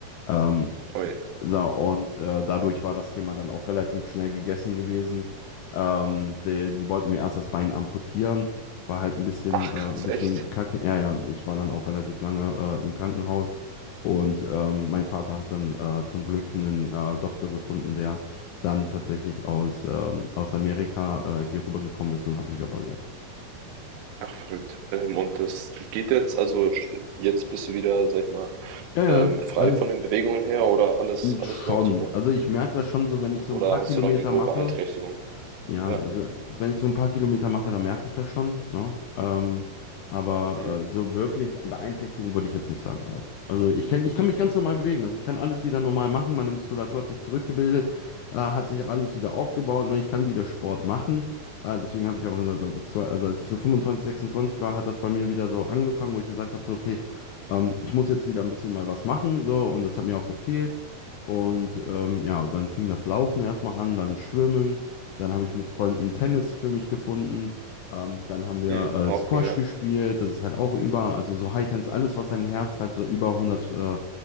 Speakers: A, on the left; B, on the right.
A: Ähm,
B: Ui.
A: so, und äh, dadurch war das Thema dann auch relativ schnell gegessen gewesen. Ähm, die, die wollten mir erst das Bein amputieren, war halt ein bisschen,
B: Ach
A: äh,
B: krass,
A: ein bisschen
B: echt?
A: kacke. Ja, ja, ich war dann auch relativ lange äh, im Krankenhaus und ähm, mein Vater hat dann äh, zum Glück einen äh, Doktor gefunden, der dann tatsächlich aus, ähm, aus Amerika äh, hier rübergekommen ist und hat mich operiert.
B: Ach, verrückt. Ähm, und das geht jetzt, also sch- jetzt bist du wieder, sag ich mal,
A: Ja,
B: ähm,
A: ja,
B: frei
A: alles
B: von den Bewegungen her oder alles, alles
A: schon.
B: läuft super?
A: Also ich merke das schon so, wenn ich so
B: Oder
A: ein paar Kilometer
B: hast du noch irgendwo
A: mache.
B: Beeinträchtigungen?
A: Ja,
B: Ja.
A: also wenn ich so ein paar Kilometer mache, dann merke ich das schon, ne? Ähm, aber
B: Hm.
A: äh, so wirklich Beeinträchtigung würde ich jetzt nicht sagen, nein. Also ich kann, ich kann mich ganz normal bewegen. Also ich kann alles wieder normal machen. Meine Muskulatur hat sich zurückgebildet, äh, hat sich alles wieder aufgebaut. Ne? Ich kann wieder Sport machen. Äh, deswegen habe ich auch gesagt, also, zwei, also als ich so 25 26 war, hat das bei mir wieder so angefangen, wo ich gesagt habe, so okay, ähm, ich muss jetzt wieder ein bisschen mal was machen. So, und das hat mir auch gefehlt. Und ähm, ja, dann fing das Laufen erstmal an, dann Schwimmen. Dann habe ich mit Freunden Tennis für mich gefunden. Ähm, dann haben wir
B: Hm,
A: äh,
B: auch
A: Squash
B: cool, ja.
A: gespielt. Das ist halt auch über, also so Hightens, alles, was dein Herz halt so über 100, äh,